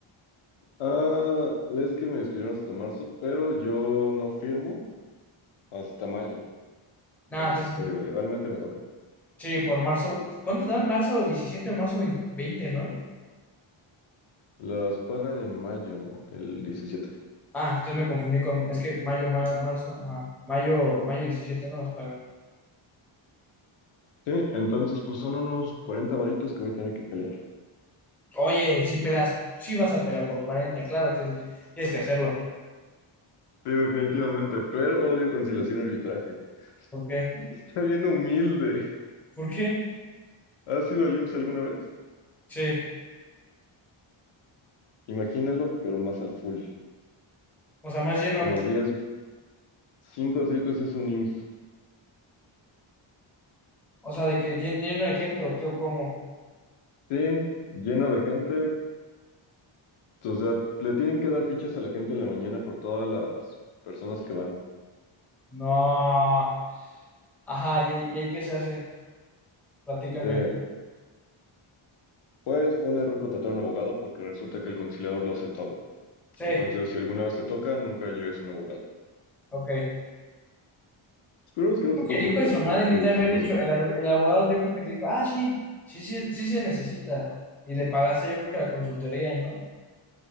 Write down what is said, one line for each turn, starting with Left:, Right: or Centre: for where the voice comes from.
Left: Ah, es que me despidieron hasta marzo, pero yo no firmo hasta mayo. Entonces,
Centre: Nada, entonces,
Left: te digo, legalmente me toca.
Centre: sí, por marzo. ¿Cuánto dan? ¿Marzo 17 o marzo 20 no?
Left: Las pagan en mayo, el 17.
Centre: Ah, entonces me confundí con, es que mayo, ma- marzo, ajá, mayo, mayo 17 no nos pagan.
Left: Sí, entonces pues son unos 40 varitos que voy a tener que pelear.
Centre: Oye, si pelas, si vas a pelar por 40 claro, tienes, tienes que hacerlo.
Left: Sí, definitivamente, pero odio conciliación y arbitraje.
Centre: ¿Por qué?
Left: <laughs> Está bien humilde.
Centre: ¿Por qué?
Left: ¿Has ido al IMSS alguna vez?
Centre: Sí,
Left: Imagínalo, pero más al full.
Centre: o sea, más lleno,
Left: Como 10 cinco o seis veces un IMSS.
Centre: o sea, de que llen- lleno de gente o qué o cómo.
Left: Sí, llena de gente. O sea, le tienen que dar fichas a la gente en la mañana por todas las personas que van.
Centre: No, ajá, ¿y, y ahí qué se hace? Platícame.
Left: Sí, pues fue un error contratar a un abogado porque resulta que el conciliador lo hace todo.
Centre: Sí,
Left: Entonces, si alguna vez te toca, nunca lleves un abogado.
Centre: ok.
Left: Esperemos que no te toque,
Centre: El hijo
Left: pero
Centre: de su madre necesita
Left: te digo,
Centre: haber
Left: si
Centre: dicho,
Left: pasa.
Centre: el, ar- el abogado yo creo que te dijo, ah, sí, sí, sí, sí se necesita. Y le pagaste yo creo que la consultoría, ¿no?